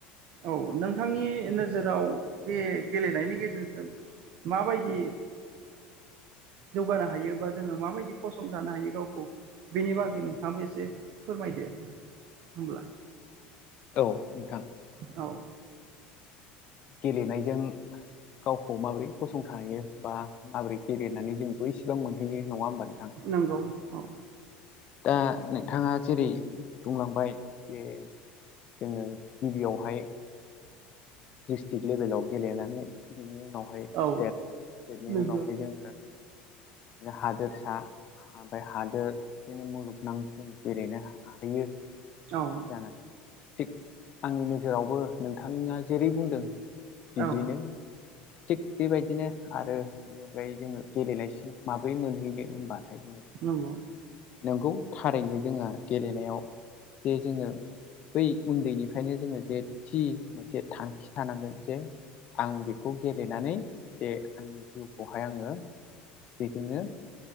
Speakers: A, on the right; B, on the left.
A: औ नोंथांनि नोजोराव बे गेलेनायनि गेजेरजों माबायदि जौगानो हायो बा जोङो माबायदि फसंथानो हायो गावखौ बेनि बागै नोंथाङाबो एसे फोरमायदो होनब्लाा
B: औ नोंथां
A: औ
B: गेलेनायजों गावखौ माबोरै फसंथा हायो बा माबोरै गेलेनानै जोंबो इसिबां मोनहैयो नङा होनोमबा नोंथां
A: नंगौ औ
B: दा नोंथाङा जेरै बुंलांबाय जे जोङो गिबियावहाय दिडिस्ट्रिक लेभेलाव गेलेनानै बिनि उनावहाय
A: औ
B: स्टेट स्टेटनि
A: नंगौ
B: उनावहाय जोङो हादोरसा हाबाय हादोर बिदिनो मुलुगनां जों गेलेनो हाहैयो
A: औ
B: जानानै थेग आंनि नोजोरावबो नोंथाङा जेरै बुंदों बिदिनो
A: औ
B: थिग बेबायदिनो आरो नि अनगायै जोङो गेलेलायसिम माब्रै मोनहैनो होनबाथाय जोङो
A: नंगौ
B: नंगौ थारैनो जोंहा गेलेनायाव जे जोङो बै उन्दैनिफ्रायनो जोङो जे थि मोनसे थांखि थानांगोन जे आं बेखौ गेलेनानै जे आंनि जिउखौहाय आङो बेजोंनो